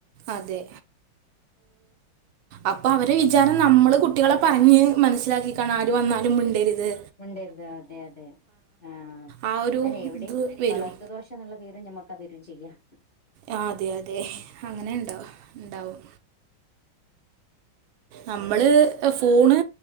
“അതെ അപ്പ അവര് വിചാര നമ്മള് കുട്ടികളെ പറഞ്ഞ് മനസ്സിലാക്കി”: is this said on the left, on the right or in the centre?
Right